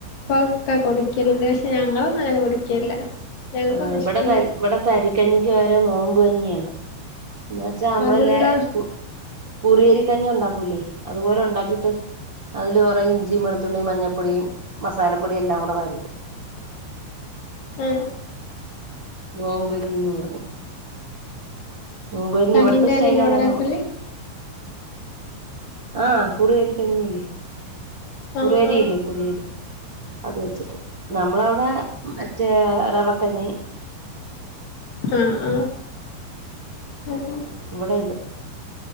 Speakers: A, on the left; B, on the right.
A: പ്പ ഒക്കെ കുടിക്കലിണ്ട്. പക്ഷെ ഞങ്ങളൊന്നും അങ്ങനെ കുടിക്കലില്ല. ഞങ്ങക്കൊന്നും
B: ആ ഇവടെ
A: ഇഷ്ടല്ല
B: തരി ഇവടെ തരിക്കഞ്ഞിക്കു പകരം നോ മ്പു കഞ്ഞിയാണ്. എന്നുവച്ചാ നമ്മളില്ലേ
A: അതെന്താ
B: കു കുറിയരി ക്കഞ്ഞി ഉണ്ടാക്കൂലേ അതുപോലെ ഉണ്ടാക്കിയിട്ട് അതില് കുറയെ ഇഞ്ചിം വെളുത്തുള്ളിം മഞ്ഞപ്പൊടിയും മസാലപ്പൊടിയും എല്ലാം കൂടെ വാരിയിടും.
A: ഏ
B: നോമ്പു കഞ്ഞിന്ന് പറഞ്ഞ് നോമ്പുകഞ്ഞി
A: കഞ്ഞിന്റെ
B: ഇവിടത്തെ സ്‌റ്റൈലതാണ്
A: അരിനോടാ ഉണ്ടാക്കല്
B: ആ കുറിയരിക്കഞ്ഞിയില്ലേ കുറിയരി
A: ആഹ് ആഹ്
B: ഇല്ലേ കുറിയരി അതുവച്ചിട്ട് നമ്മടെ അവടെ മറ്റേ റവക്കഞ്ഞി
A: ആ ആ <unintelligible>
B: ഇവടെ ഇത്.